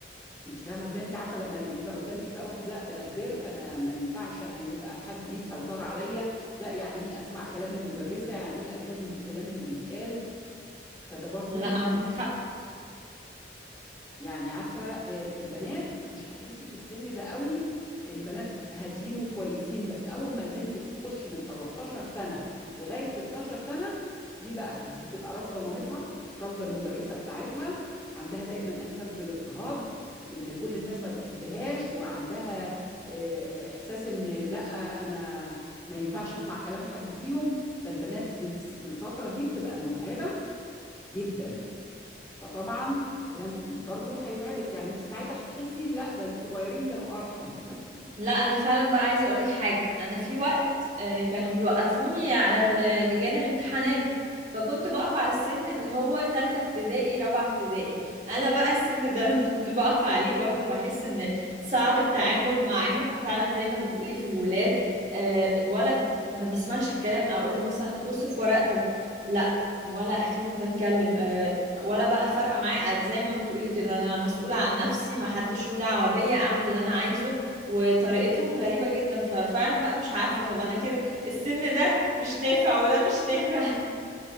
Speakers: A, on the left (about 15°); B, on the right (about 40°).
A: انت فاهمه ازاي انت عارفه لما يبقى قدامك بقى واحد لا ده انا كبرت انا ما ينفعش انا يبقى حد ليه سيطره عليا لا يعني ايه اسمع كلام المدرسه يعني ايه التزم بالكلام اللي بيتقال فده برضو
B: لا عندك حق
A: يعني عارفة آه، في البنات مش هتحسي في السن ده قوي البنات هاديين وكويسين بس أول ما البنت بتخش من 13 سنة لغاية 16 سنة دي بقى بتبقى رافضة مامتها رافضة المدرسة بتاعتها عندها دايما إحساس بالاضطهاد إن كل الناس ما بتحبهاش وعندها آه، آه، إحساس إن لأ أنا ما ينفعش أسمع كلام حد فيهم فالبنات في الس- في الفترة دي بتبقى متعبة جدا فطبعا ده برضو هيتعبك يعني انت ساعتها هتحسي لا ده الصغيرين كانوا ارحم
B: لا انا فعلا بقى عايزه اقولك حاجه انا في وقت آه، كانوا بيوقفوني على ال- لجان الامتحانات فكنت بقف على السن اللي هو تالتة ابتدائي رابعة ابتدائي انا بقى السن ده لما <laughs> كنت بقف عليه برضو بحس ان صعب التعامل معاهم فعلا زي ما بتقولي في الولاد آه، الولد ما بيسمعش الكلام اقول له مثلا بص في ورقتك لا ولا اكني بتكلم آه، ولا بقى فارقه معايا زي ما بتقولي كده انا مسؤوله عن نفسي ما حدش له دعوه بيا اعمل اللي انا عايزه وطريقتهم غريبة جدا ففعلا بقى مش عارفة طب انا كده السن ده مش نافع وده مش نافع